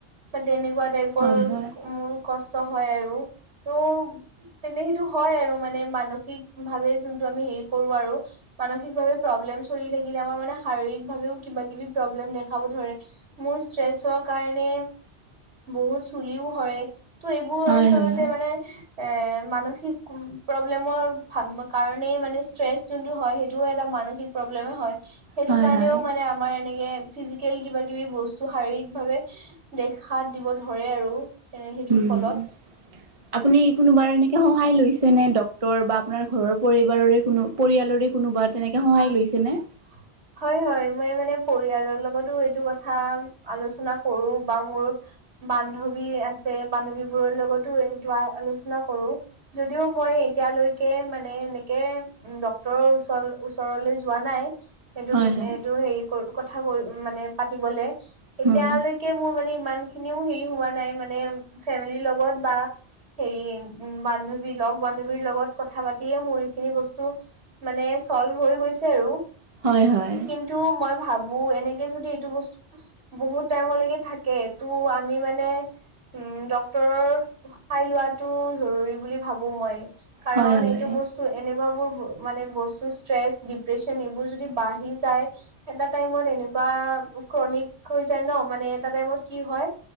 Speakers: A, on the right; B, on the right.
A: বা তেনেকুৱা টাইপৰ
B: হয় হয়
A: মোৰ কষ্ট কষ্ট হয় আৰু, ত তেন্তে সেইটো হয় আৰু মানে মানসিক ভাৱে যোনটো আমি হেৰি কৰোঁ আৰু মানসিকভাৱে প্ৰব্লেম চলি থাকিলে আমাৰ মানে শাৰীৰিক ভাৱেও কিবা-কিবি প্ৰব্লেম দেখাব ধৰে। মোৰ ষ্ট্ৰেছৰ কাৰণে বহুত চুলিও সৰে। ত' এইবোৰ
B: হয়
A: আচলতে
B: হয় হয়
A: মানে এ, মানসিক প্ৰব্লেমৰ সন কাৰণেই মানে ষ্ট্ৰেছ যোনটো হয়, সেইটোও এটা মানসিক প্ৰব্লেমো হয়, সেইটো
B: হয়
A: কাৰণেও
B: হয়
A: মানে আমাৰ এনেকে ফিজিকেল কিবা-কিবি বস্তু শাৰীৰিক ভাৱে দেখা দিব ধৰে আৰু এ সেইটোৰ
B: উম।
A: <unintelligible>
B: আপুনি কোনোবাৰ এনেকে সহায় লৈছে নে ডক্তৰ বা আপোনাৰ ঘৰৰ পৰিবাৰৰে কোনো পৰিয়ালৰে কোনোবা, তেনেকে সহায়
A: অ
B: লৈছেনে?
A: <unintelligible> হয় হয়, মই মানে পৰিয়ালৰ লগতো এইটো কথা আলোচনা কৰোঁ বা মোৰ বান্ধৱী আছে, বান্ধৱী বোৰৰ লগতো এইটো আ আলোচনা কৰোঁ। যদিও মই এতিয়ালৈকে মানে এনেকে উম, ডক্তৰৰ ওচল ওচ তৰলৈ যোৱা নাই, সেইটো
B: হয়
A: বি
B: হয়
A: এইটো হেৰি কৰ কথাবোৰ মানে পাতিবলে এতিয়ালৈকে
B: উম
A: মোৰ মানে ইমান খিনিও হেৰি হোৱা নাই মানে ফেমিলিৰ লগত বা- হেৰি উমঁ বান্ধৱী লগ বান্ধৱীৰ লগত কথা পাতিয়ে মোৰ এইখিনি বস্তু- মানে চল্ভ হৈ গৈছে আৰু।
B: হয়ঁ হয়ঁ
A: এইটো মই ভাবো এনেকে যদি এইটো বস্তু। বহুত টাইমলৈকে থাকে তটো আমি মানে- উমঁ ডক্তৰৰ সহায় লোৱাটো জৰুৰী বুলি ভাবো মই। কাৰণ
B: হয় হয়
A: এইটো বস্তু এনেকুৱ বোৰ মানে বস্তু- ষ্ট্ৰেছ ডিপ্ৰেচন এইবোৰ যদি বাঢ়ি যায়- এটা টাইমত এনেকুৱা ক্ৰনিক হৈ যায় ন মানে এটা টাইমত কি হয়।